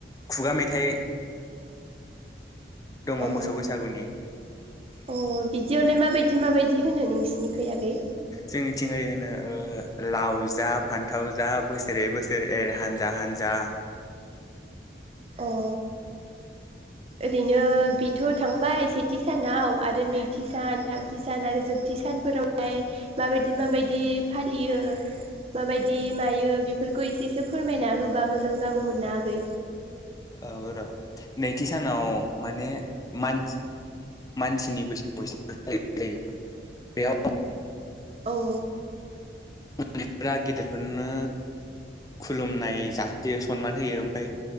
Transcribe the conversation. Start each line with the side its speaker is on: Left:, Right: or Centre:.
Left: खुगा मेथाइ दङ
Right: अ
Left: मोसौ बैसागुनि।
Right: अ' बिदियावलाय माबायदि- माबायदि होनो नोंसिनिखै आगै?
Left: जोंनिथिंहाय होनो लाव जा, फान्थाव जा बोसोरे- बोसोरे एर हानजा - हानजा
Right: अ ओरैनो बेथ' थांबाय सेथि सानाव आरो नैथि सान, थामथि सान आरो जोबथि सानफोरावहाय माबायदि माबायदि फालियो? माबायदि मायो बे बेफोरखौ इसेसो फोरमायना होबा मोजां जागौमोनना आगै।
Left: औ र' नैथि सानाव माने मानसि मानसिनि बैसागु बुंनाय जायो बेयाव
Right: औ
Left: उन्दफोरा गेदिरफोरनो खुलुमनाय जासियो सनमान होयो ओमफ्राय